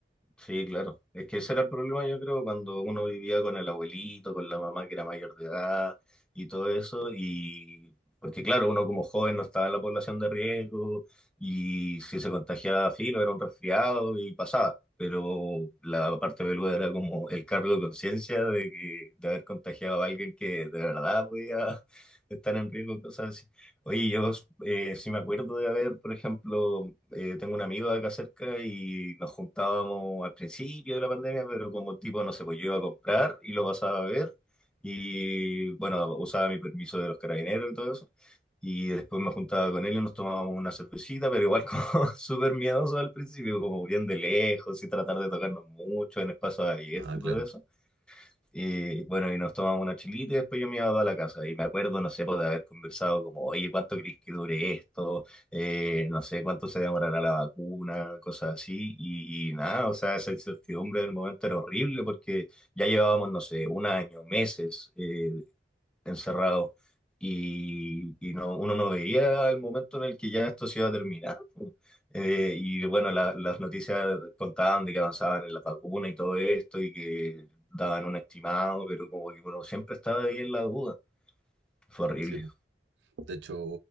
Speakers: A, in the centre; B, on the right.
A: Sí, claro. Es que ese era el problema, yo creo, cuando uno vivía con el abuelito, con la mamá que era mayor de edad y todo eso. Y porque, claro, uno como joven no estaba en la población de riesgo y si se contagiaba filo era un resfriado y pasaba. Pero la parte peluda era como el cargo de conciencia de que, de haber contagiado a alguien que de verdad podía <laughs> estar en riesgo, cosas así. Oye, yo eh, sí me acuerdo de haber, por ejemplo eh, tengo un amigo de acá cerca y nos juntábamos al principio de la pandemia, pero como tipo, no sé, pues yo iba a comprar y lo pasaba a ver y bueno, usaba mi permiso de los carabineros y todo eso. Y después me juntaba con él y nos tomábamos una cervecita, pero igual como <laughs> súper miedoso al principio, como bien de lejos y tratar de tocarnos mucho en espacios abiertos
B: Ah,
A: y
B: claro.
A: todo eso. Y bueno, y nos tomamos una chelita y después yo me iba a la casa. Y me acuerdo, no sé, pues, de haber conversado como, oye, ¿cuánto crees que dure esto? Eh, no sé, ¿cuánto se demorará la vacuna? Cosas así. Y, y nada, o sea, esa incertidumbre del momento era horrible porque ya llevábamos, no sé, un año, meses. eh, encerrado y, y no, uno no veía el momento en el que ya esto se iba a terminar. po. Eh, y bueno, la- las noticias contaban de que avanzaban en la vacuna y todo esto y que daban un estimado, pero como que uno siempre estaba ahí en la duda. Fue horrible.
B: Sí, po. De hecho,